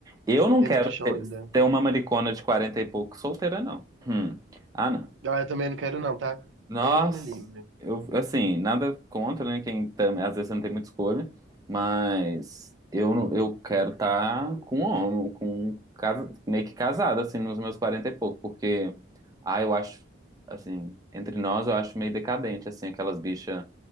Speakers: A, on the right (about 20°); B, on the right (about 80°).
A: Eu não
B: Tem
A: quero
B: muito chão
A: ter,
B: ainda.
A: ter uma maricona de 40 e pouco solteira, não. Hum. Ah, não.
B: Ah, eu também não quero não, tá?
A: Nós,
B: Deus me livre.
A: eu, assim, nada contra, né? Quem tam- às vezes você não tem muita escolha, mas eu, não- eu quero estar com um homem, com casa- meio que casado, assim, nos meus 40 e pouco, porque, ah, eu acho, assim, entre nós eu acho meio decadente, assim, aquelas bichas